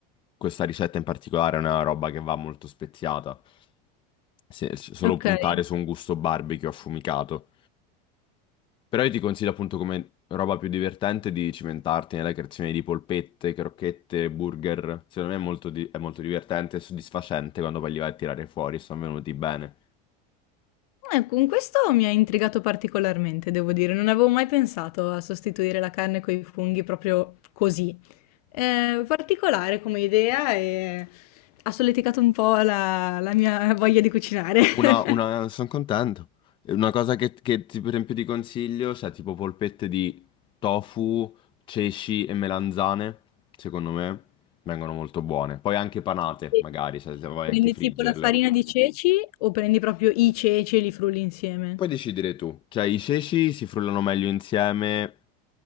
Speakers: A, on the left; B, on the left.
A: questa ricetta in particolare è una roba che va molto speziata. Se- solo
B: okay.
A: puntare su un gusto barbecue affumicato. Però io ti consiglio appunto come roba più divertente di cimentarti nella creazione di polpette, crocchette, burger. Secondo me è molto, di- è molto divertente e soddisfacente quando poi li vai a tirare fuori, sono venuti bene.
B: Eh, con questo mi ha intrigato particolarmente, devo dire. Non avevo mai pensato a sostituire la carne coi funghi proprio così. Ehm, particolare come idea e ha solleticato un po' la la mia voglia di cucinare. <laughs>
A: Una, una, sono contento. Una cosa che, che ti, per esempio ti consiglio, cioè tipo polpette di tofu, ceci e melanzane, secondo me vengono molto buone. Poi anche panate,
B: Sì.
A: magari, cioè se vuoi
B: Prendi
A: anche friggerle.
B: tipo la farina di ceci o prendi proprio i ceci e li frulli insieme?
A: Puoi decidere tu. Cioè, i ceci si frullano meglio insieme,